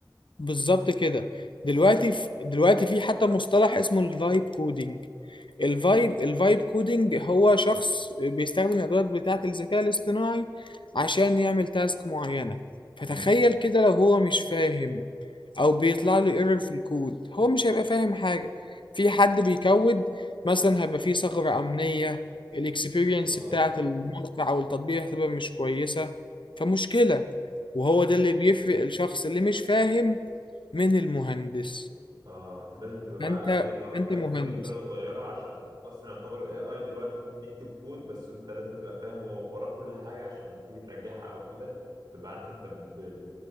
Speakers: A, on the left; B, on the right.
A: بالظبط كده دلوقتي في دلوقتي في حتى مصطلح اسمه الفايب كودينج الفايب الفايب كودينج هو شخص بيستخدم الادوات بتاعه الذكاء الاصطناعي عشان يعمل تاسك معينه فتخيل
B: امم
A: كده لو هو مش فاهم او بيطلع له ايرور في الكود هو مش هيبقى فاهم حاجه في حد بيكود مثلا هيبقى فيه ثغره امنيه الاكسبيرينس
B: اه
A: بتاعه الموقع او التطبيق هتبقى مش كويسه فمشكله وهو ده اللي بيفرق الشخص اللي مش فاهم من المهندس
B: اه انت لازم تبقى بقى
A: انت
B: ايه اللي هو
A: انت
B: فاهم
A: مهندس
B: كله كبيره وصغيره عشان اصلا يعتبر اي اي دلوقتي ممكن يكتب كود بس انت لازم تبقى فاهم و- وراه كل حاجه عشان لما تيجي ترجعها او كده تبقى عارف انت ب... ب...